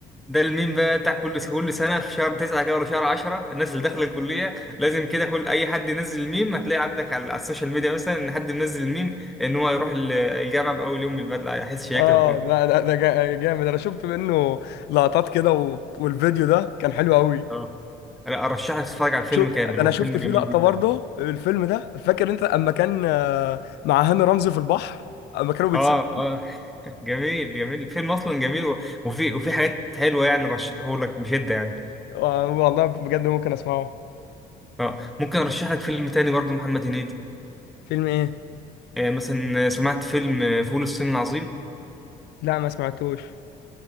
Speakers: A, in the centre; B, on the left.
A: ده الميم بقى بتاع كل كل سنة في شهر تسعة كده ولا شهر عشرة الناس اللي داخلة الكلية لازم كده كل أي حد ينزل الميم هتلاقي عندك على, على السوشيال ميديا مثلا إن حد منزل الميم إن هو يروح ال- الجامعة بأول يوم بالبدلة هيحس شياكة
B: اه
A: وكده
B: لا ده ده جا- جامد انا شفت منه لقطات كده و... والفيديو ده كان حلو قوي
A: اه لا أرشح لك تتفرج على الفيلم
B: شو
A: كامل
B: ده
A: هو
B: انا شفت
A: فيلم
B: فيه
A: جميل
B: لقطه
A: جدا
B: برضه الفيلم ده فاكر انت اما كان آه، مع هاني رمزي في البحر اما كانوا بيتسابوا
A: اه اه <laughs> جميل جميل الفيلم أصلا جميل و- وفي وفي حاجات حلوة يعني رشحه لك بشدة يعني
B: آه، والله بجد ممكن اسمعه
A: اه ممكن أرشح لك فيلم تاني برضه محمد هنيدي
B: فيلم ايه
A: آه مثلا آه، سمعت فيلم آه، فول الصين العظيم
B: لا ما سمعتوش